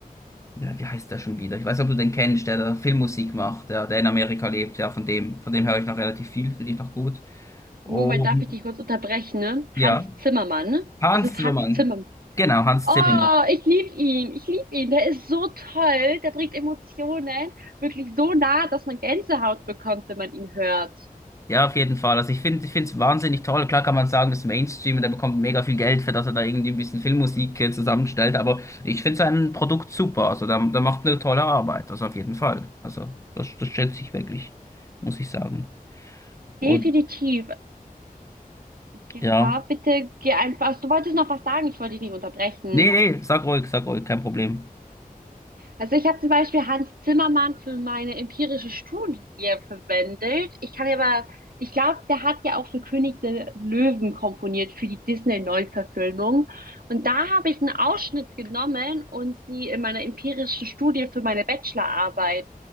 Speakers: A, on the left; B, on the right.
A: na, wie heißt der schon wieder? Ich weiß nicht, ob du den kennst, der da Filmmusik macht, der, der in Amerika lebt, ja, von dem, von dem höre ich noch relativ viel, finde ich noch gut. Und
B: Moment, darf ich dich kurz unterbrechen, ne?
A: ja,
B: Hans Zimmermann.
A: Hans
B: Ist es
A: Zimmermann.
B: Hans Zimmermann?
A: Genau, Hans
B: Oh,
A: Zimmermann.
B: ich liebe ihn. Ich liebe ihn. Der ist so toll. Der bringt Emotionen wirklich so nah, dass man Gänsehaut bekommt, wenn man ihn hört.
A: Ja, auf jeden Fall. Also ich finde, ich finde es wahnsinnig toll. Klar kann man sagen, das ist Mainstream und er bekommt mega viel Geld für, dass er da irgendwie ein bisschen Filmmusik äh, zusammenstellt, aber ich finde sein Produkt super. Also da, da macht eine tolle Arbeit, das auf jeden Fall. Also das, das schätze ich wirklich, muss ich sagen. Und
B: Definitiv. Ja,
A: ja.
B: bitte geh einfach. Du wolltest noch was sagen. Ich wollte dich nicht unterbrechen.
A: Nee, nee, sag ruhig, sag ruhig, kein Problem.
B: Also ich habe zum Beispiel Hans Zimmermann für meine empirische Studie verwendet. Ich kann aber, ich glaube, der hat ja auch für König der Löwen komponiert, für die Disney-Neuverfilmung. Und da habe ich einen Ausschnitt genommen und sie in meiner empirischen Studie für meine Bachelorarbeit